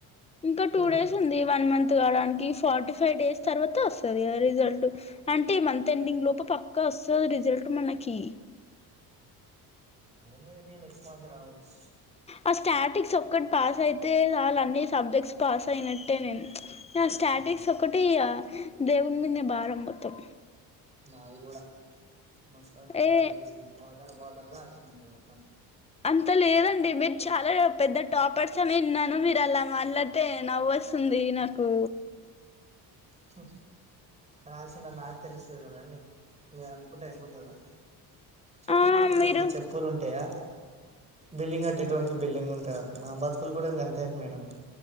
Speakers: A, on the left; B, on the right.
A: ఇంకా టూ
B: ఉమ్
A: డేస్ ఉంది one month forty five days తరువాత ఒస్తది కదా రిజల్ట్ అంటే మంత్ ఎండింగ్ లోపు పక్కా వస్తుంది రిజల్ట్ మనకి
B: మయ్బె నెక్స్ట్ మంత్ రావచ్చు
A: ఆ స్టాటిక్స్ ఒక్కటి పాస్ అయితే చాలు అన్ని సబ్జెక్ట్స్ పాస్ అయినట్టే నేను స్టాటిక్స్
B: ఆ
A: ఒకటి ఈఘ దేవుని మీదనే బారం మొత్తం
B: నాది కూడా మొత్తం
A: ఏ
B: అది బార్డర్ బార్డర్ రా వస్తుంటే మొత్తం
A: అంత లేదండి మీరు చాలా పెద్ద టాపర్స్ అనే విన్నాను మీరు మీరు అలా మాట్లాడితే నవ్వొస్తుంది నాకు
B: హు రాసిన నాకు తెలుసది కదా అండి మీరు అనుకుంటే అయిపోతుదా చెప్పులు
A: ఆ
B: కొట్టేటవనికి
A: మీరు
B: చెప్పులు ఉంటాయా బిల్డింగ్ అట్టేటువనికి బిల్డింగ్ ఉంటుందా మాబతుకులు కూడా ఇంక అంతే మేడం